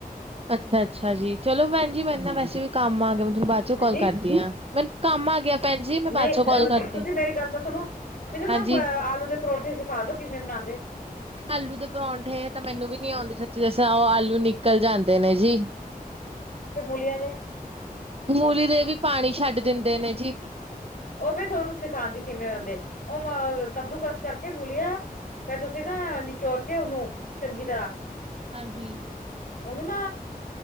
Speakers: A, on the right; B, on the left.
A: ਅੱਛਾ ਅੱਛਾ ਜੀ, ਚਲੋ ਭੈਣ ਜੀ ਮੈਂ ਨਾ ਵੈਸੇ ਵੀ ਕੰਮ ਆ ਗਿਆ, ਮੈਂ ਤੁਹਾਨੂੰ ਬਾਅਦ ਚੋਂ
B: ਹਾਂਜੀ।
A: ਕਾਲ ਕਰਦੀ ਆਂ। ਮੈਨੂੰ ਕੰਮ ਆ ਗਿਆ। ਭੈਣ ਜੀ ਮੈਂ ਬਾਅਦ
B: ਨਹੀਂ
A: ਚੋਂ ਕਾਲ
B: ਅਹ,
A: ਕਰਦੀ
B: ਤੁਸੀਂ
A: ਹਾਂ,
B: ਮੇਰੀ ਗੱਲ ਤਾਂ ਸੁਣੋ। ਮੈਨੂੰ ਨਾ
A: ਹਾਂਜੀ।
B: ਅ ਆਲੂ ਦੇ ਪਰੌਠੇ ਸਿਖਾ ਦੋ, ਕਿਵੇਂ ਬਣਾਉਂਦੇ।
A: ਆਲੂ ਦੇ ਪਰੌਂਠੇ, ਤਾਂ ਮੈਨੂੰ ਵੀ ਨੀ ਆਉਂਦੀ ਸੱਚੀ ਦਸਾਂ, ਔ ਆਲੂ ਨਿਕਲ ਜਾਂਦੇ ਨੇ ਜੀ।
B: ਤੇ ਮੂਲਿਆਂ ਦੇ।
A: ਮੂਲੀ ਦੇ ਵੀ, ਪਾਣੀ ਛੱਡ ਦਿੰਦੇ ਨੇ ਜੀ।
B: ਉਹ ਮੈਂ ਥੋਨੂੰ ਸਿਖਾਉਂਦੀ ਕਿਵੇਂ ਆਦੇ, ਔ ਅ ਕੱਦੂ ਕਸ ਕਰਕੇ ਮੂਲਿਆਂ ਫੇਰ ਤੁਸੀਂ ਨਾ ਨਿਚੋੜ ਕੇ ਉਹਨੂੰ, ਚੰਗੀ ਤਰ੍ਹਾਂ
A: ਹਾਂਜੀ
B: ਉਹਨੂੰ ਨਾ